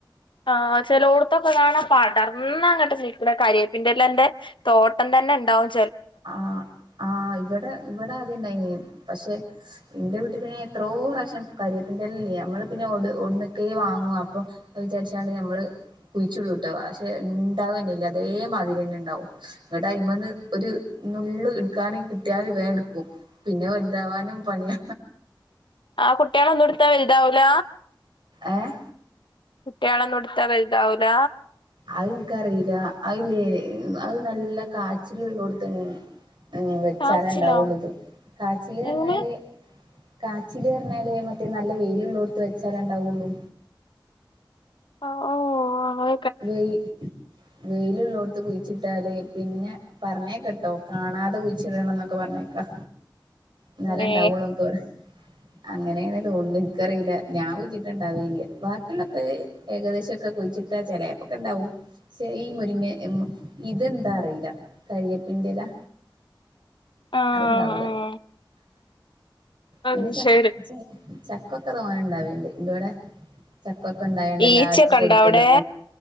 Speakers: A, on the left (about 80°); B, on the right (about 70°).
A: ആ ചെലോട്ത്തൊക്കെ കാണാ പടർന്നങ്ങട്ട് നിക്കണെ കരിയേപ്പിന്റെലന്റെ തോട്ടം തന്നെ ഇണ്ടാവും.
B: ആഹ് ആഹ് ഇവിടെ ഇവിടെ ആദ്യണ്ടായിന് പക്ഷെ ഇന്റെ വീട്ടില് ഞാ എത്രോ പ്രാവശ്യം കരിയപ്പിന്റെല്ലേ ഞമ്മള് പിന്നെ ഓട്നക്കെ വാങ്ങു അപ്പൊ അത് വിചാരിച്ചാണ്ട് നമ്മള് കുഴിച്ചിടുട്ടോ പക്ഷെ ഇണ്ടാവന്നെല്ല അതേമാതിരി തന്നെ ഇണ്ടാവും. ഇങ്ങട്ട് അയിമെന്ന് ഒരു നള്ള് എടുക്കാനും കിട്ടിയാൽ വേഗടുക്കും പിന്നെ വലുതാവാനും പണിയ
A: ആഹ് കുട്ടികളൊന്നും എടുത്താ വലുതാവൂല?
B: ഏഹ്
A: കുട്ടിയാളൊന്നെടുത്താ വലുതാവൂല?
B: അത്നിക്കറിയില്ല അതില്ലേ അത് നല്ല കാച്ചിൽ ഉള്ളോടുത്ത ഉ വെച്ചാല്ണ്ടാവുള്ളത്
A: കാച്ചിലോ
B: കാച്ചില് പറഞ്ഞാല്
A: എങ്ങനെ
B: കാച്ചില് പറഞ്ഞാല് മറ്റേ നല്ല വെയിലുള്ളോടുത്ത് വെച്ചാലേ ഇണ്ടാവൊള്ളൂ.
A: ആഹ് ഓ ഓ
B: വെയ് വെയിലുള്ളോടുത്ത് കുഴിച്ചിട്ടാല് പിന്നെ പറഞ്ഞേക്ക്ട്ടോ കാണാതെ കുഴിച്ചിടണംന്നൊക്കെ പറഞ്ഞേക്കാ. എന്നാലെ ഇണ്ടാവൊള്ളുന്നൊക്കെ
A: ഏ
B: പറിം അങ്ങനേണ് തോന്ന്ണ് നിക്കറില്ല ഞാൻ കുഴിച്ചിട്ടണ്ടാവേയില്ല ബാക്കിയുള്ളൊക്കെ ഏകദേശം ഒക്കെ കുഴിച്ചിട്ടാ ചെലേപ്പൊക്കെ ഇണ്ടാവും. ശേ ഈ മുരിങ്ങ ഇതെന്താ അറിയില്ല കരിയേപ്പിന്റെലാ
A: ആഹ്
B: അത്ണ്ടാവൂല
A: അത്
B: പിന്നെ ച
A: ശരി
B: ചക്കൊക്കെ തോനേ ഇണ്ടാവല്ണ്ട് ഇന്റോടെ ചക്കൊക്കെ ഇണ്ടായോണ്ട് എല്ലാർക്കും
A: ഈച്ചയൊക്കെ
B: കൊടുക്കലും
A: ഉണ്ടോ അവിടെ